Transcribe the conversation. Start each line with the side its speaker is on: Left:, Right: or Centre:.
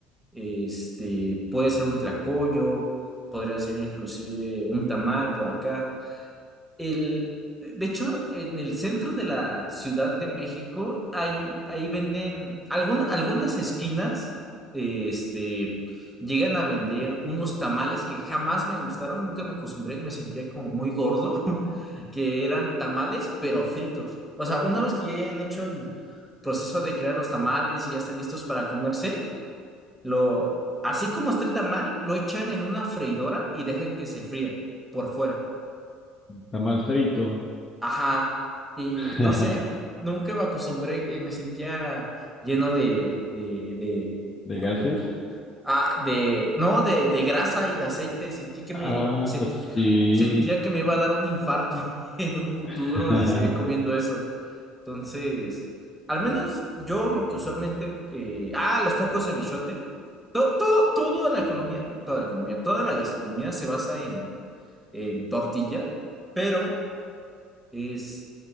Centre: este, puede ser un tlacoyo, podría ser inclusive un tamal por acá. El, de hecho, en el centro de la Ciudad de México, hay, ahí venden, algún- algunas esquinas, este, llegan a vender unos tamales que jamás me gustaron, nunca me acostumbré, me sentía como muy gordo, <laughs> que eran tamales, pero fritos. O sea, una vez que ya hayan hecho el proceso de crear los tamales y ya están listos para comerse, lo, así como está el tamal, lo echan en una freidora y dejan que se fría por fuera.
Left: Tamal frito,
Centre: Ajá, y
Left: <laughs>
Centre: no sé, nunca me acostumbré, eh, me sentía lleno de, de, de,
Left: de
Centre: como,
Left: gases.
Centre: co- ah, de, no, de, de grasa y de aceite, sentí que me,
Left: Ah,
Centre: sentí-
Left: sí.
Centre: sentía que me iba a dar un infarto <laughs> en un futuro
Left: <laughs>
Centre: si seguía comiendo eso. Entonces, al menos yo lo que usualmente, eh, ah, los tacos de michote, todo, todo, toda la economía, toda la economía, toda la gastronomía se basa en, en tortilla, pero... Este,